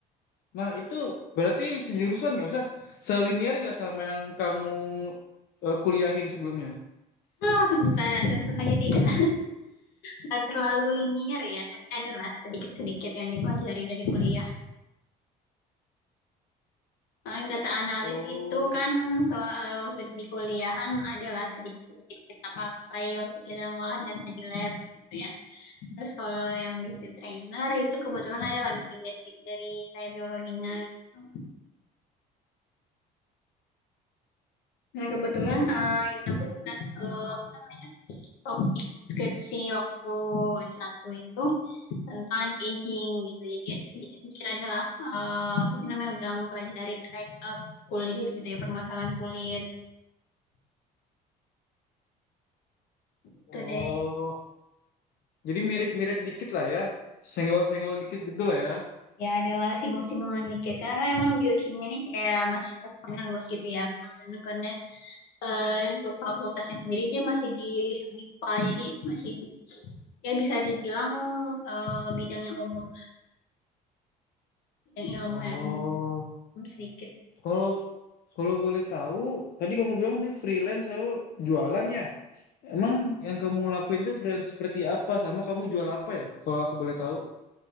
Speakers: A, on the left (about 70°); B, on the left (about 85°).
A: Nah itu berarti sejurusan nggak usah selinier nggak sama yang kamu eh, kuliahin sebelumnya?
B: oh, tentu ta- tentu saja tidak nggak terlalu linier ya tapi adalah sedikit-sedikit yang dipelajari dari kuliah Eh, Data analis
A: Oh,
B: itu kan so eh, waktu di kuliahan adalah sedikit-sedikit kita pakai waktu kita ngolah data di lab gitu ya. Terus kalau yang beauty trainer itu kebetulan adalah basic-basic dari kayak biologinya gitu. Nah kebetulan
A: oh
B: eh,
A: gitu.
B: ini aku juga eh, apa namanya topik skripsi waktu S1 itu tentang anti-aging gitu. Jadi sedikit-sedikit adalah eh, apa sih namanya udah mempelajari terkait eh, kulit gitu ya permasalahan kulit itu
A: Oh,
B: deh.
A: Jadi mirip-mirip dikit lah ya. Senggol-senggol dikit gitu lah ya.
B: Ya adalah singgung-singgungan dikit karena emang biokimia ini kayak masih cakupannya luas gitu ya karena, karena eh, untuk fakultasnya sendiri dia masih di MIPA jadi masih ya bisa dibilang eh, bidang yang umum bidang ilmu
A: Oh,
B: yang umum sedikit.
A: kalau kalau boleh tahu, tadi kamu bilang tadi freelance saya jualan ya. Emang yang kamu lakuin tuh freelance seperti apa sama kamu jual apa ya? Kalau aku boleh tahu.